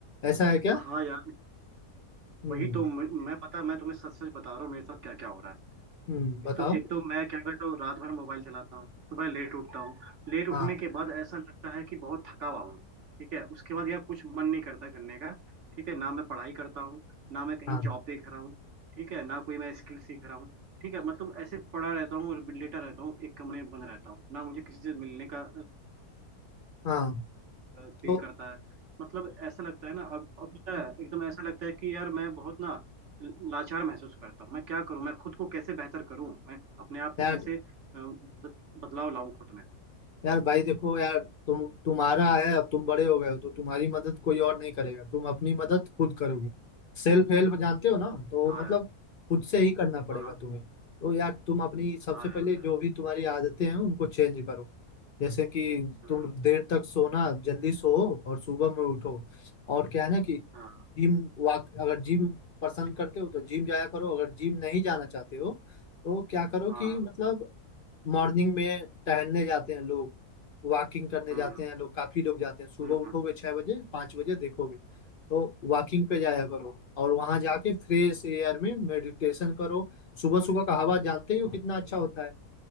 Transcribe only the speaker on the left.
ऐसा है क्या
हम्म
हम्म बताओ
हाँ
हाँ
हाँ
तो
यार
यार भाई देखो यार तुम तुम्हारा है अब तुम बड़े हो गए हो तो तुम्हारी मदद कोई और नहीं करेगा तुम अपनी मदद खुद करोगे सेल्फ हेल्प जानते हो ना तो
मतलब
खुद से ही करना पड़ेगा
तुम्हें तो यार तुम अपनी सबसे
पहले
जो भी तुम्हारी आदतें हैं उनको चेंज करो जैसे कि
तुम देर तक सोना जल्दी सो और सुबह में उठो और क्या है ना कि
जिम वाक अगर जिम पसंद करते हो तो जिम जाया करो अगर जिम नहीं जाना चाहते हो तो क्या करो
कि मतलब मॉर्निंग में टहलने जाते हैं लोग वॉकिंग करने
जाते हैं लोग काफी लोग जाते हैं सुबह
उठोगे
छह बजे पाँच बजे देखोगे तो वॉकिंग पे जाया करो और वहां जाके फ्रेश एयर में मेडिटेशन करो सुबह सुबह का हवा जानते ही हो कितना अच्छा होता है